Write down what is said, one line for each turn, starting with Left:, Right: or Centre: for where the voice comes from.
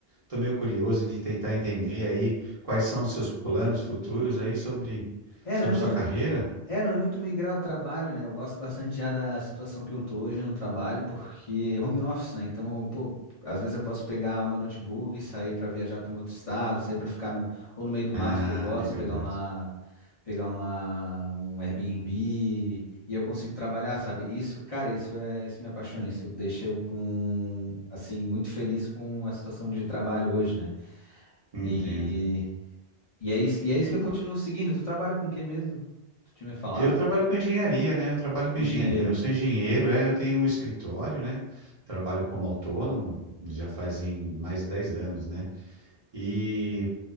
Right: tô meio curioso de tentar entender aí quais são os seus planos futuros aí sobre,
Left: É,
Right: sobre
Left: não é muito.
Right: sua carreira.
Left: É, não é muito migrar o trabalho, né? Eu gosto bastante já da situação que eu tô hoje no trabalho, porque home office, né? Então, pô, às vezes eu posso pegar o meu notebook e sair pra viajar para um outro estado, sair pra ficar no ou no meio do
Right: Ah,
Left: mato que eu gosto,
Right: liberdade.
Left: pegar uma pegar uma um Airbnb e eu consigo trabalhar, sabe? Isso, cara, isso é isso me apaixona, isso deixa eu com assim muito feliz com a situação de trabalho hoje, né?
Right: Entendo.
Left: E e é isso, e é isso
Right: E
Left: que eu
Right: vo-
Left: continuo seguindo. Tu trabalha com o quê mesmo? Tu tinha me falado?
Right: eu trabalho com engenharia, né? Eu trabalho com
Left: Engenheiro.
Right: engenharia. Eu sou engenheiro, é, eu tenho um escritório, né? Trabalho como autônomo já fazem mais de 10 anos, né? E,